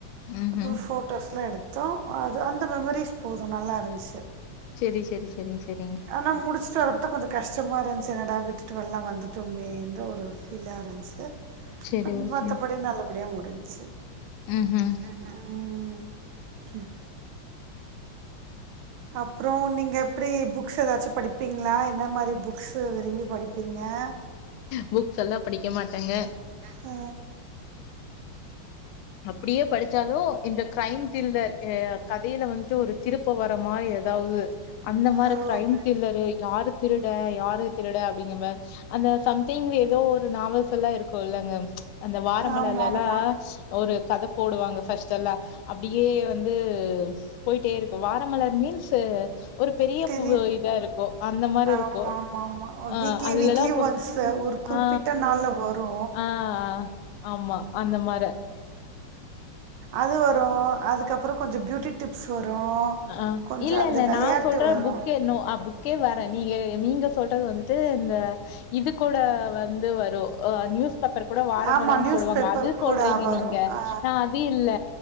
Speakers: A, on the left; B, on the right.
A: ம்ஹ்ம்.
B: அப்புறொ ஃபோட்டோஸ்லா எடுத்தோ அது அந்த மெமரிஸ் போது நல்லா இருந்ச்சு
A: செரி செரி செரிங் செரிங்
B: ஆனா முடிச்ட்டு வரப்போ தா கொஞ்சொ கஷ்டமா இருந்ச்சு என்னடா விட்டுட்டு எல்லா வந்துட்டோமேன்ற ஒரு ஃபீல்லா இருந்ச்சு
A: சரி,
B: பட்
A: ஓகேங்க.
B: மத்தபடி நல்லபடியாக முடிஞ்ச்சு
A: ம்ஹும்
B: ம் ம் அப்பறோ நீங்க எப்டி புக்ஸ் ஏதாச்சு படிப்பீங்களா என்ன மாரி புக்ஸு விரும்பி படிப்பு <unintelligible>
A: புக்ஸ் எல்லா படிக்க மாட்டாங்க
B: அ
A: அப்டியே படிச்சாலு இந்த கெரைம் த்ரில்லர் கதையில வந்துட்டு ஒரு திருப்ப வர மாரி ஏதாவது அந்த மாரி
B: ஓ
A: கெரைம் த்ரில்லரு யாரு திருடே யாரு திருடே அப்டிங்க அந்த சம்திங்ல ஏதோ ஒரு நாவல்ஸ் எல்லா இருக்கு இல்லைங்க அந்த வாரமலர்ல்லா
B: ஆமா ஆமா
A: எல்லா ஒரு கத் போடுவாங்கபஸ்ட் எல்லா அப்டியே வந்து போயிட்டே இருக்கு வாரமலர் மீன்ஸ் ஒரு பெரிய
B: தெரியுது
A: இதா இருக்கு அந்த மாரி
B: ஆமா
A: இருக்கு
B: ஆமா ஆமா
A: அ
B: வீக்லி
A: அதுலலா
B: வீக்லி
A: போ
B: ஒன்ஸ் ஒரு குறிப்பிட்ட
A: அ
B: நாள்ல வரு
A: அ ஆமா அந்த மாரி
B: அது வரு அதுக்கப்பறோ கொஞ்சோ பியூட்டி டிப்ஸ் வரு
A: அ
B: கொஞ்சோ
A: இல்ல
B: அந்த
A: இல்ல
B: வெளையாட்டு
A: நா சொல்றே
B: வரு
A: புக்கேனு புக்கே வரேன் நீங்க நீங்க சொல்லி சொல்றது வந்துட்டு அந்த இது கூட வந்து வரு நியூஸ் பேப்பர் கூட வாரமலர்ன்னு
B: ஆமா நியூஸ்
A: போடுவாங்க
B: பேப்பர்
A: அது சொல்றீங்க
B: கூட வரு
A: நீங்க
B: ஆ
A: நா அதே இல்ல